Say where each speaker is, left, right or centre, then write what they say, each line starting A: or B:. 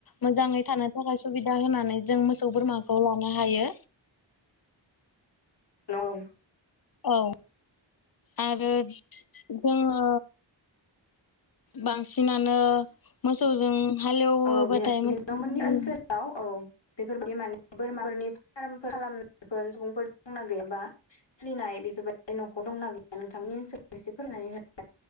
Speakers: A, on the left; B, on the left.
A: मोजाङै थानो थाखाय सुबिदा होनानै जों मोसौ बोरमाखौ लानो हायो।
B: नंगौ
A: औ आरो जोङो बांसिनानो मोसौजों हालेवोबाथाय
B: औ बेनो
A: मोजां
B: नोंथांमोननि ओनसोलाव औ बेफोरबायदि माने बोरमाफोरनि फारामफोर खालाम <unintelligible> बेफोर सुबुंफोर दंना गैयाबा? <unintelligible> सोलिनाय बेफोरबायदि न'खर दंना गैया नोंथांनि ओनसोलाव एसे फोरमनानै हो <unintelligible>